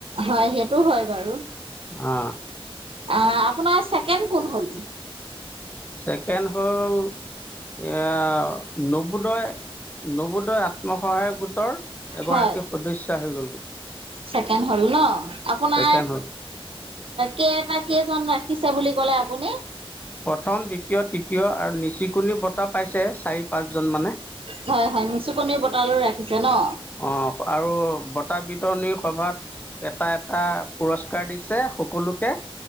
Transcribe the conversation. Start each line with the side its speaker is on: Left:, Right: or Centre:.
Right: হয় সেইটো হয় বাৰু
Left: অ
Right: আপোনাৰ ছেকেণ্ড কোনখন
Left: ছেকেণ্ড হ'ল অ নবোদয় নবোদয় আত্ম সহায়ক গোটৰ এগৰাকী
Right: হয়
Left: সদস্যা হৈ গ'লগৈ
Right: ছেকেণ্ড হলো ন আপোনাৰ
Left: ছেকেণ্ড হ'ল
Right: কেইটা কেইজন শিকিছে বুলি ক'লে আপুনি
Left: প্ৰথম দ্বিতীয় তৃতীয় আৰু নিচুকনি বঁটা পাইছে চাৰি পাঁচ জন মানে
Right: হয় হয় নিচু কনিৰ বটালৈ ৰাখিছে ন
Left: অ আৰু বঁটা বিতৰণি সভাত এটা এটা পুৰস্কাৰ দিছে সকলোকে